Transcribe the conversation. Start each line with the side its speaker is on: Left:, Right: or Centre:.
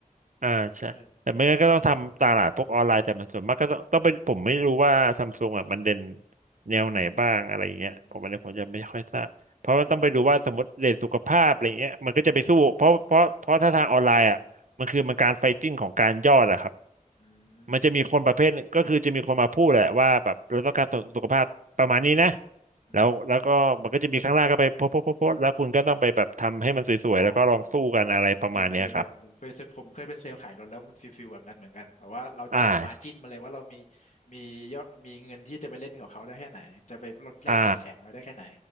Right: อ่าใช่แต่ไม่งั้นก็ต้องทำตลาดพวกออนไลน์แต่มันส่วนมากก็ต้องต้องไปผมไม่รู้ว่าซัมซุงอ่ะมันเด่น
Left: เออ
Right: แนวไหนบ้างอะไรอย่างเงี้ยผมอันนี้ผมจะไม่ค่อยทราบเพราะว่าต้องไปดูว่าสมมติเด่นสุขภาพอะไรเงี้ยมันก็จะไปสู้เพราะเพราะเพราะถ้าทางออนไลน์อ่ะมันคือมันการไฟติ้งของการยอดอะครับ
Left: อืมไม่เป็นไรอื
Right: มันจะมีคนประเภทหนึ่งก็คือจะมีคนมาพูดแหละว่าแบบเราต้องการสุสุขภาพประมาณนี้นะ
Left: มอืม
Right: แล้วแล้วก็มันก็จะมีข้างล่างก็ไปโพสต์โพสต์โพสต์โพสต์แล้วคุณก็ต้องไปแบบทำให้มันสวยๆแล้วก็ลองสู้กันอะไรประมาณเนี้ยครับ
Left: อ๋อเกณฑ์เกณฑ์แต่ผมเคยซื้อผมเคยเป็นเซลล์ขายรถแล้วมันฟิลฟิลแบบนั้นเหมือนกันแบบว่าเรากางมาจิ้นมาเลยว่าเรามี
Right: อ่า
Left: มียอดมีเงินที่จะไปเล่นกับเขาได้แค่ไหนจะไปลดแลกแจกแถมเขาได้แค่ไหน
Right: อ่า